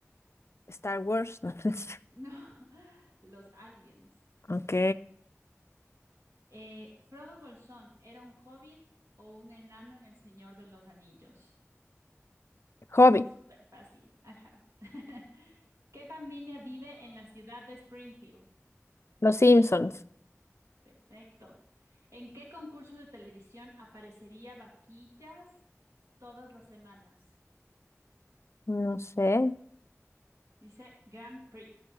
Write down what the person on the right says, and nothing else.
No, <laughs> los aliens.
Eh, Frodo Bolsón, ¿era un hobbit o un enano en El Señor de los Anillos?
Es súper fácil. Ajá. <laughs> ¿Qué familia vive en la ciudad de Springfield?
Perfecto. ¿En qué concurso de televisión aparecería Vaquillas todas las semanas?
Dice Grand Prix.